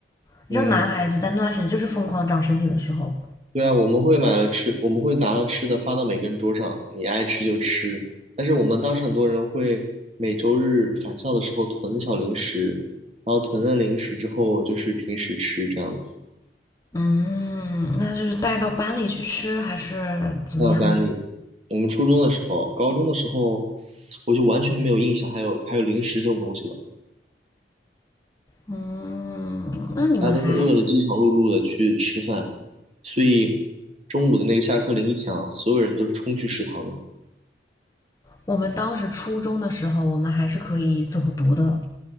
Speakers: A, on the left; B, on the right.
A: 你知道男孩子在那段时间就是疯狂长身体的时候。
B: 嗯，对啊，我们会买了吃，我们会拿了吃的发到每个人桌上，你爱吃就吃，但是我们当时很多人会每周日返校的时候囤小零食，然后囤了零食之后就是平时吃这样子，
A: 嗯，那就是带到班里去吃还是怎么样？
B: 带到班里。我们初中的时候，高中的时候，我就完全没有印象还有还有零食这种东西了。
A: 嗯，那你们还，
B: 大家都是饿的饥肠辘辘的去吃饭，所以中午的那个下课铃一响，所有人都是冲去食堂的。
A: 我们当时初中的时候，我们还是可以走读的，